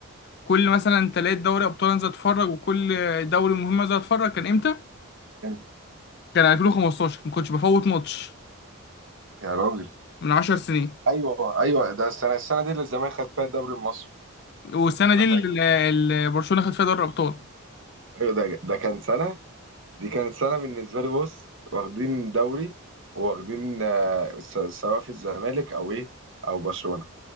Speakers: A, on the left (about 50°); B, on the right (about 55°).
A: كل مثلا تلات دوري ابطال انزل اتفرج وكل دوري مهم انزل اتفرج كان امتى
B: انت
A: كان 2015 ما كنتش بفوت ماتش
B: يا راجل
A: من 10 سنين
B: ايوه ايوه ده السنه السنه دي اللي الزمالك خد فيها الدوري المصري
A: والسنه
B: انا
A: دي اللي
B: فاكر
A: اللي برشلونه خد فيها دوري الابطال
B: ايوه ده ده كان سنه دي كانت سنه بالنسبه لي بص واخدين دوري وواخدين آه، س- سواء في الزمالك او ايه او برشلونه